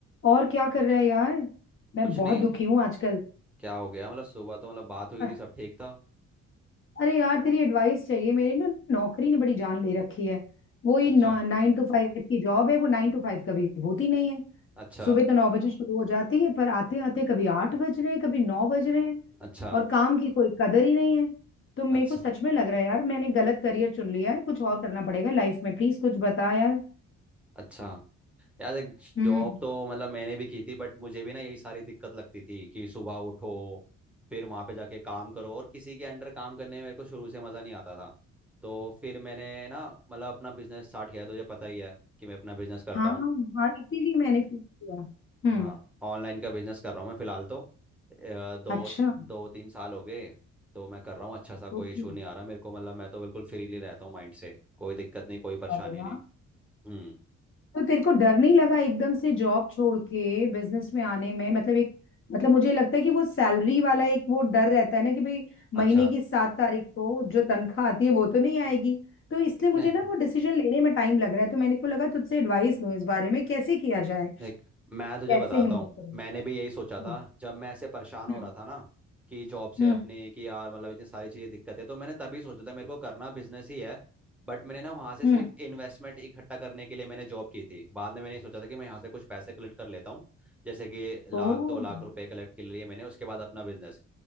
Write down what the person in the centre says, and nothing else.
कुछ
नहीं
क्या हो गया मतलब सुबह तो मतलब बात हुई
थी सब ठीक था
अच्छा
अच्छा
अच्छा
अच्छा
अच्छा यार एक
जॉब तो मतलब मैंने भी की थी बट मुझे भी ना यही सारी दिक्कत लगती थी कि सुबह उठो फिर वहां पे जाके काम करो और किसी के अंडर काम करने में मेरे को शुरू से मज़ा नहीं आता था तो फिर मैंने ना मतलब अपना बिजनेस स्टार्ट किया तो ये पता ही है कि मैं अपना बिजनेस करता
हूँ
हाँ ऑनलाइन का बिजनेस कर रहा हूँ मैं फिलहाल तो अ, दो
दो तीन साल हो गए तो मैं कर रहा हूँ अच्छा सा कोई
इशू नहीं आ रहा मेरे को मतलब मैं तो बिल्कुल फ्रीली रहता हूँ माइंड से कोई दिक्कत नहीं कोई परेशानी
नहीं हम्म
अच्छा
नहीं
देख मैं तुझे
बताता
हूँ
मैंने भी यही सोचा
था जब मैं ऐसे परेशान हो
रहा था ना कि जॉब से
अपने कि यार मतलब इतनी सारी चीज़ें दिक्कत है तो मैंने तभी सोचा था मेरे को करना बिजनेस ही है बट मैंने ना वहाँ से
सिर्फ इन्वेस्टमेंट इकट्ठा करने के लिए मैंने जॉब की थी बाद में मैंने ये सोचा था कि मैं यहाँ से कुछ पैसे कलेक्ट कर लेता हूँ जैसे कि लाख
दो लाख रुपए कलेक्ट के लिए मैंने उसके बाद अपना बिजनेस